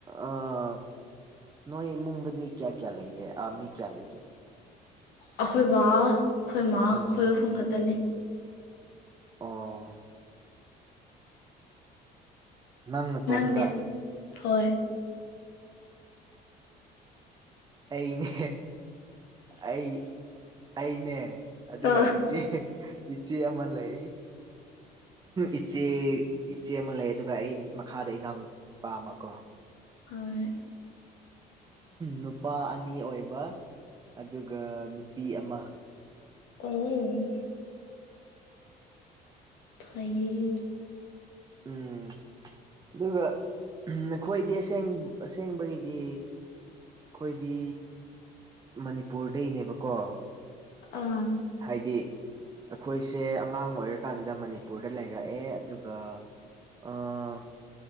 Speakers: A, on the right; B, on the left.
A: ꯑꯥ ꯅꯣꯏ ꯏꯃꯨꯡꯗ ꯃꯤ ꯀꯌꯥ ꯀꯌꯥ ꯂꯩꯒꯦ ꯑꯥ ꯃꯤ ꯀꯌꯥ ꯂꯩꯒꯦ
B: ꯑꯩꯈꯣꯏ ꯕꯥ ꯑꯩꯈꯣꯏ ꯏꯃꯥ
A: ꯎꯝ
B: ꯑꯩꯈꯣꯏ ꯑꯍꯨꯝ ꯈꯛꯇꯅꯦ
A: ꯎꯝ ꯑꯣ ꯅꯪ ꯅꯇꯣꯝꯗ
B: ꯅꯪꯗꯤ ꯍꯣꯏ
A: ꯑꯩꯅꯦ ꯑꯩ ꯑꯩꯅꯦ ꯑꯗꯨꯒ
B: ꯑ
A: ꯏꯆꯦ ꯏꯆꯦ ꯑꯃ ꯂꯩ ꯏꯆꯦ ꯏꯆꯦ ꯑꯃ ꯂꯩ ꯑꯗꯨꯒ ꯑꯩ ꯃꯈꯥꯗ ꯏꯅꯥꯎꯅ ꯄꯥꯝꯃꯀꯣ
B: ꯍꯣꯏ
A: ꯅꯨꯄꯥ ꯑꯅꯤ ꯑꯣꯏꯕ ꯑꯗꯨꯒ ꯅꯨꯄꯤ ꯑꯃ
B: ꯑꯣ ꯐꯩꯌꯦ ꯍꯥꯏꯌꯣ
A: ꯎꯝ ꯑꯗꯨꯒ ꯅꯈꯣꯏꯗꯤ ꯑꯁꯦꯡ ꯑꯁꯦꯡꯕꯩꯗꯤ ꯑꯩꯈꯣꯏꯗꯤ ꯃꯅꯤꯄꯨꯔꯗꯩꯅꯦꯕꯀꯣ
B: ꯑꯥ
A: ꯍꯥꯏꯗꯤ ꯑꯩꯈꯣꯏꯁꯦ ꯑꯉꯥꯡ ꯑꯣꯏꯔꯀꯥꯟꯗ ꯃꯅꯤꯄꯨꯔꯗ ꯂꯩꯔꯛꯑꯦ ꯑꯗꯨꯒ ꯑꯥ